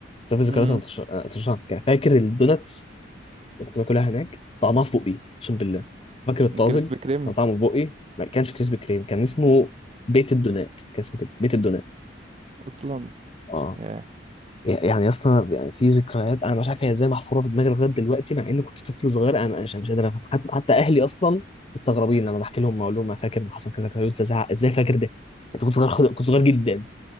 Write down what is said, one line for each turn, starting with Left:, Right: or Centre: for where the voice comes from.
Left: بس في ذكريات
Right: امم
Left: انا طش- طشاش انا فاكرها فاكر الدوناتس اللي كنت باكلها هناك طعمها في بقي اقسم بالله فاكر الطازج
Right: كريسبي كريم
Left: كان طعمه في بقي ما كانش كريسبي كريم كان اسمه بيت الدونات كان اسمه كده بيت الدونات
Right: اصلا
Left: اه
Right: ياه.
Left: يعني اصلا يعني في ذكريات انا مش عارف هي ازاي محفوره في دماغي لغايه دلوقتي مع اني كنت طفل صغير انا أنا مش مش قادر افهم حتى, حتى اهلي اصلا مستغربين لما بحكي لهم اقول لهم انا فاكر ما حصل كذا كذا قلت ازعق ازاي فاكر ده؟ انت كنت صغير خد- كنت صغير جدا